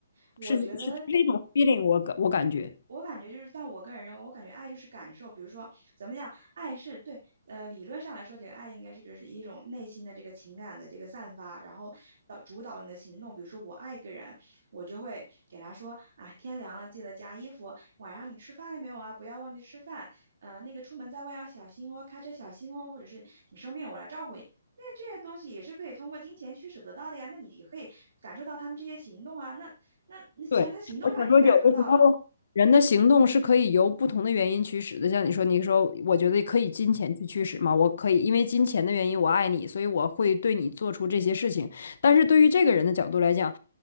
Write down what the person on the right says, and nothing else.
我觉得
我感觉就是，但我个人认为，我感觉爱就是感受。比如说，怎么讲，爱是对，呃，理论上来说，这个爱应该是就是一种内心的这个情感的这个散发，然后导主导你的行动。比如说，我爱一个人，我就会给他说啊，天凉了记得加衣服，晚上你吃饭了没有啊？不要忘记吃饭。呃，那个出门在外要小心哦，开车小心哦，或者是你生病我来照顾你。那这些东西也是可以通过金钱驱使得到的呀。那你也可以感受到他们这些行动啊。那那那既然他行动上已经感受到了。